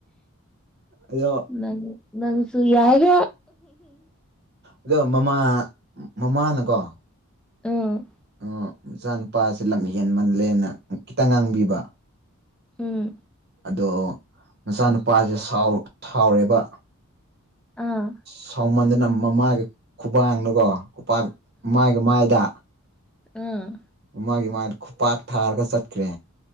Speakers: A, on the right; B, in the centre.
A: ꯑꯗꯣ
B: ꯅꯪ ꯅꯪꯁꯨ ꯌꯥꯏꯔꯦ
A: ꯑꯗꯣ ꯃꯃꯥ ꯃꯃꯥꯅꯀꯣ
B: ꯑ
A: <unintelligible> ꯃꯆꯥꯅꯨꯄꯥꯁꯦ ꯂꯝ ꯍꯦꯟꯃꯜꯂꯦꯅ ꯈꯤꯇꯪ ꯉꯥꯡꯕꯤꯕ
B: ꯎꯝ
A: ꯑꯗꯣ ꯃꯆꯥꯅꯨꯄꯥꯁꯦ ꯁꯥꯎ ꯁꯥꯎꯔꯦꯕ꯫
B: ꯑꯥ
A: ꯁꯥꯎꯃꯟꯗꯅ ꯃꯃꯥꯒꯤ ꯈꯨꯕꯥꯡꯅꯀꯣ ꯎꯄꯥꯛ ꯃꯥꯏꯒꯤ ꯃꯥꯏꯗ
B: ꯎꯡ
A: ꯃꯥꯒꯤ ꯃꯥꯏꯗ ꯈꯨꯄꯥꯛ ꯊꯥꯔꯒ ꯆꯠꯈ꯭ꯔꯦ꯫